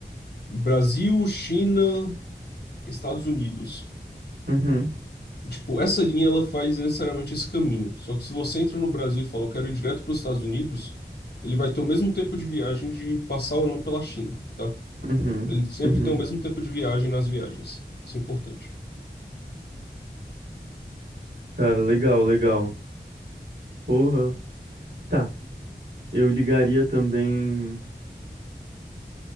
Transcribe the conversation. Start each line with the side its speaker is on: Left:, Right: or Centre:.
Left: Brasil, China, Estados Unidos.
Right: Uhum,
Left: Tipo, essa linha ela faz necessariamente esse caminho. Só que se você entra no Brasil e fala, eu quero ir direto para os Estados Unidos, ele vai ter o mesmo tempo de viagem de passar ou não pela China, tá?
Right: uhum,
Left: Ele sempre
Right: uhum.
Left: tem o mesmo tempo de viagem nas viagens. Isso é importante.
Right: Cara, legal, legal. Porra. Tá, eu ligaria também.